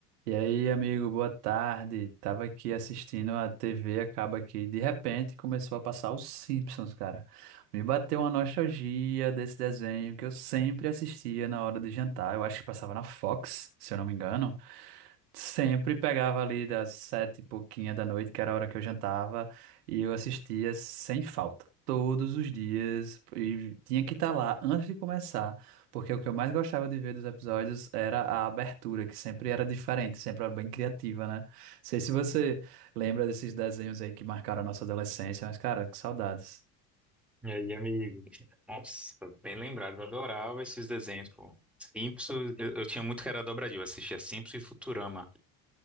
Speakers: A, on the right; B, in the centre.
A: E aí, amigo, boa tarde. Tava aqui assistindo a TV, acaba aqui. De repente começou a passar os Simpsons, cara. Me bateu uma nostalgia desse desenho que eu sempre assistia na hora de jantar. Eu acho que passava na Fox, se eu não me engano. Sempre pegava ali das sete e pouquinha da noite, que era a hora que eu jantava, e eu assistia sem falta, todos os dias, e tinha que estar lá antes de começar, porque o que eu mais gostava de ver dos episódios era a abertura, que sempre era diferente, sempre era bem criativa, né? Não Sei se você lembra desses desenhos aí que marcaram a nossa adolescência, mas cara, que saudades.
B: E aí, amigo? Nossa, bem lembrado, eu adorava desenhos, pô. Simpsons, eu, eu tinha muito que era dobradinho, eu assistia Simpsons e Futurama.